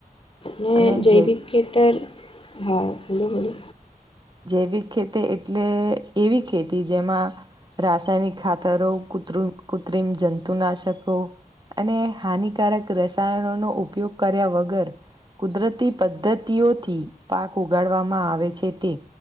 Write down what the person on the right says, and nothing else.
અને
જે
જૈવિક ખેતી એટલે એવી ખેતી જેમાં રાસાયનિક ખાતરો કુત્રું કુત્રિમ જંતુનાશકો અને હાનિકારક રસાયણોનો ઉપયોગ કર્યા વગર કુદરતી પદ્ધતિઓથી પાક ઉગાડવામાં આવે છે તે